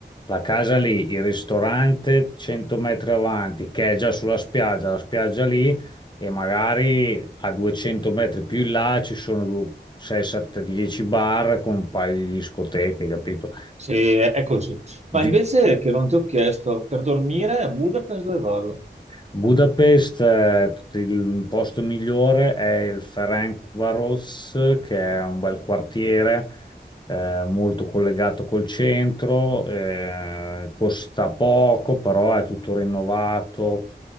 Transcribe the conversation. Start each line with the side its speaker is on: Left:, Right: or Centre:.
Left: La casa lì, il ristorante 100 metri avanti, che è già sulla spiaggia, la spiaggia lì, e magari a 200 metri più in là ci sono du- 6, 7, 10 bar con un paio di discoteche, capito?
Right: Sì, è così. Ma
Left: Vi-
Right: invece che non ti ho chiesto, per dormire a Budapest dove vado?
Left: Budapest, eh, t- il posto migliore è il Ferencváros, che è un bel quartiere, eh, molto collegato col centro, eh, costa poco, però è tutto rinnovato